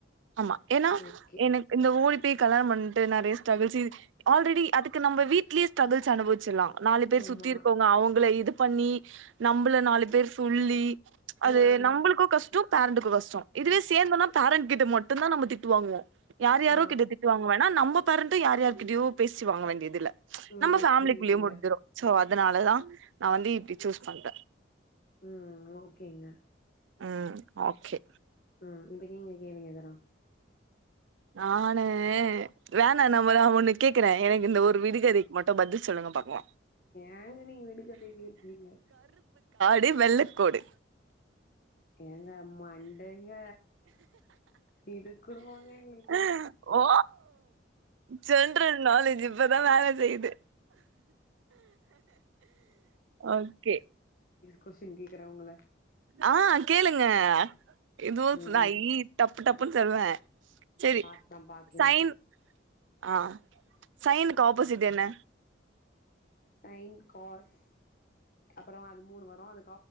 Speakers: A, on the right (about 85°); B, on the left (about 50°).
A: ஆமா ஏன்னா
B: ஓகே
A: எனக்கு இந்த ஓடி ய் கல்யாண பண்ட்டு நெறய ஸ்டிரகல்ஸ் ஆல்ரெடி அதுக்கு நம்ப வீட்லயே ஸ்டரகுல்ஸ் அனுபவிச்சிலா நாலு பேர்
B: ஆமா
A: சுத்தி இருக்கவங்க அவங்கள இது பண்ணி நம்பள நாலு பேர் சொல்லி
B: ம்
A: அது நம்பளுக்கு கஷ்ட பேரண்ட்டுக்கு கஷ்ட இதுவே சேர்ந்தனா பாரன் கிட்ட மட்டுந்தா நம்ப திட்டுவாங்குவோ யார் யாரோ
B: ஆ
A: கிட்ட திட்டுவாங்கவேணா நம்ப பறண்ணுட்டு யார் யாருகிட்டயோ பேசி வாங்க வேண்டியதுல
B: ம்
A: நம்ம ஃபேமிலிக்குள்ளயே
B: புரியுதுங்க
A: முடிஞ்சிரும் சோ அத அதனாலதா நா வந்து இப்படி சூஸ் பண்ற
B: ம் ஓகேங்க
A: ம் ஓகே
B: ம் இப்ப நீங்க கேளுங்க எதனா
A: நானு வேணா நம்ம நான் ஒண்ணு கேக்குறே எனக்கு இந்த ஒரு விடுகதைக்கு மட்டு பதில் சொல்லுங்க பாக்கலா
B: ஏங்க நீங்க விடுகதையில இருக்கீங்க.
A: டி வெள்ளக்கோடு
B: ஏங்க மண்டைங்க இது குடுவாங்க எங்களுக்
A: ஹ் ஓ ஜென்ரல் நாலேஜ் இப்பதா வேல செய்யுது. ஓகே
B: கொஷின் கேக்குற உங்கள
A: ஆ கேளுங்க எதோ
B: ம்
A: நாயி டப்பு டப்புன்னு சொல்லுவ சரி
B: பாக்லா பாக்லா
A: சைன் ஆ சைன்க்கு ஆபோசிட் என்ன?
B: சைன் காஸ் அப்பறொ அது மூணு வரு அதுக்